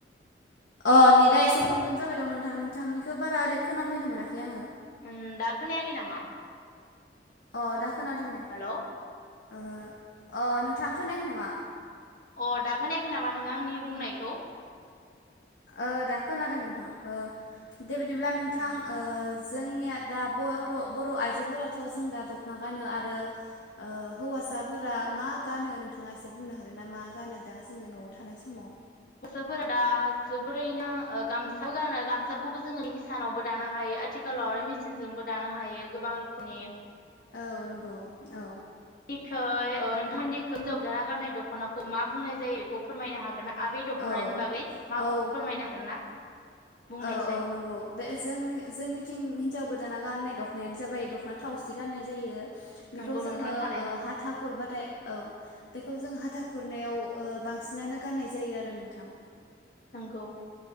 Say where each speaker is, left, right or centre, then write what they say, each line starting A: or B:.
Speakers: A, on the left; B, on the left.
A: अ नेटआ एसे प्रब्लेम जाबाय दं नोंथां। नोंथांनिखौ बारा ओरै खोनाफैनो मोनाखै आङो।
B: उम दा खोनायाखै नामा?
A: अ दा खोनादों दे।
B: हेलौ
A: ओहो अ नोंथाङा खोनायाखै नामा?
B: अ दा खोनायाखै नामा नों आंनि बुंनायखौ?
A: ओ दा खोनादों नोंथां ओ दे बिदिब्ला नोंथां
B: उम
A: ओ जोंनिया दा बर' बर' आइजोफोराथ' जों दा दख'ना गानो आरो ओ हौवासाफोरा मा गानो नोंथाङा एसे बुंनो हागोन नामा गानो दा जोङो न'आव थानाय समाव?
B: हौवासाफोरा दा जोबोरैनो गामसा गानो गामसाखौबो जोङो हिसानावबो दानो हायो आथिखालाव आरो मेसिनजोंबो दानो हायो गोबां रोखोमनि
A: औ नंगौ औ
B: खै ओ नोंथांमोननि खै हिन्जाव गोदाना गाननाय दख'नाखौ मा बुंनाय जायो बेखौ फोरमायनो हागोन ना। आ बे दख'नानि
A: औ
B: बागै मा
A: औ
B: फोरमायनो हागोन ना? बुंनायसाय
A: औ औ नंगौ बे जोंनि जोंनिथिं हिनजाव गोदान दाना गाननाय दख'नायानो जाबाय दख'ना थावसि गाननाय जायो। बेखौ
B: नंगौ
A: जोङो
B: नोंथां
A: ओ
B: थारैनो
A: हाथा खुरबाथाय औ बेखौ जों हा था खुरनायाव ओ बांसिनानो गाननाय जायो आरो नोंथां।
B: नंगौ